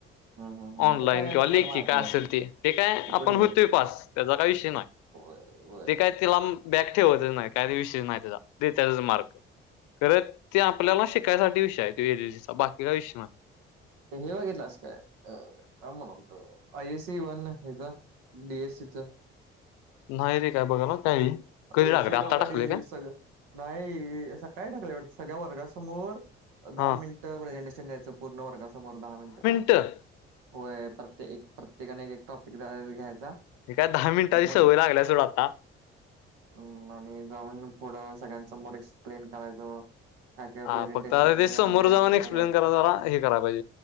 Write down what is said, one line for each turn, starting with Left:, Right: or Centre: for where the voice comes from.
Right: हा, हा, हा.
Left: ऑनलाईन
Right: ते काय
Left: किंवा
Right: फुकट
Left: लेखी
Right: मार्केट
Left: काय असेल
Right: आहे
Left: ती ते काय
Right: फुकट
Left: आपण होतोय पास त्याचा काय विषय नाही.
Right: <unintelligible> वय.
Left: ते काय तिला बॅक ठेवतच नाही काही विषय नाही त्याचा ते त्याचाच मार्क. खरं ते आपल्याला शिकायसाठी विषय आहे तो एलर्जी बाकी काय विषय नाय.
Right: ते हे बघितलास काय काय म्हणत होतो आय एससी वन हेच डीएससीच.
Left: नाही रे काय बघा ना काही कधी
Right: एस
Left: टाकले आता
Right: बाबा
Left: टाकले
Right: डी
Left: काय
Right: एस <unintelligible> नाही असं काय टाकलं वाट सगळ्या वर्गासमोर दहा
Left: हा
Right: मिनिटं प्रेझेंटेशन द्यायचं पुर्ण वर्गासमोर दहा मिनिट.
Left: अठ <unintelligible>
Right: होय प्रत्ये प्रत्येकाने एक एक टॉपिक घ्यायचा.
Left: हे काय दहा मिनटांची
Right: एक
Left: सवय लागल्या सोड आता.
Right: ह आणि जाऊन पुढे सगळ्यांसमोर एक्सप्लेन करायचं. काय काय
Left: हा
Right: प्रेझेंटेशन
Left: फक्त आता ते
Right: मिळाल
Left: समोर
Right: द्यायचं
Left: जाऊन एक्सप्लेन
Right: परत
Left: करा जरा हे कराय पाहिजे